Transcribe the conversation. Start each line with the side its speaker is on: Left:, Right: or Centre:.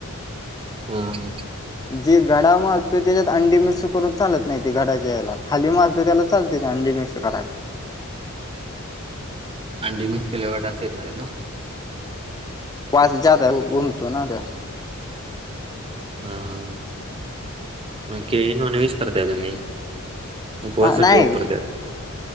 Right: ह
Left: जे घडा मारतो त्याच्यात अंडी मिक्स करून चालत नाही ते घडा ज्याला खाली मारतो त्याला चालते अं मिक्स कराला
Right: अंडी मिक्स केल्या वाट असच नाही ना
Left: पास जदा घुमतो ना दे
Right: हा हा मग के नॉन विश करताय तुम्ही उपवासासाठी
Left: हा नाही
Right: वापरत्यात